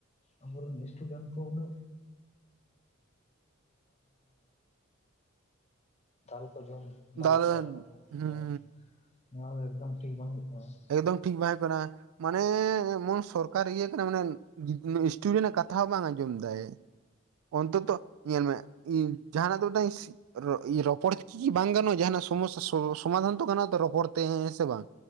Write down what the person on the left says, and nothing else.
ᱟᱵᱚᱨᱮᱱ ᱥᱴᱩᱰᱮᱱᱴ ᱠᱚ ᱩᱱᱟᱹᱜ <inaudible> ᱫᱟᱞᱮᱫ
ᱠᱚᱣᱟ ᱠᱚ
ᱦᱮᱸ ᱱᱚᱣᱟ ᱫᱚ ᱮᱠᱫᱚᱢ ᱴᱷᱤᱠ ᱵᱟᱝ ᱦᱩᱭᱩᱜ ᱠᱟᱱᱟ᱾